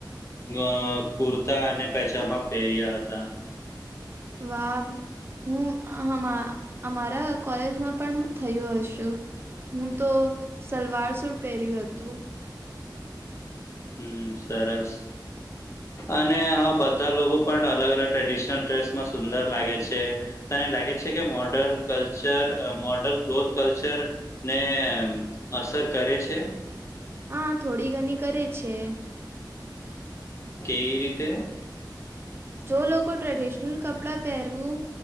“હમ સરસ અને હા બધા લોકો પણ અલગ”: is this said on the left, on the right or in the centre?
Left